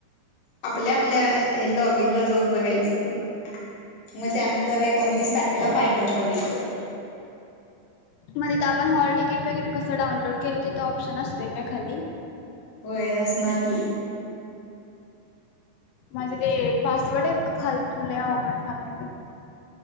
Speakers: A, on the left (about 60°); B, on the left (about 85°).
A: आपल्या आपल्या लॉग इन ला जाऊन बघायचं. मग त्यानंतर एकोणतीस तारखेला फायनल बघायचं.
B: मग तिथ आपण हॉल तिकीट वगैरे कसं डाउनलोड केलं तिथ ऑप्शन असतोय काय खाली?
A: व्हय असणार की.
B: माझे ते पासवर्ड एक फालतु लय अवघड झालाय बा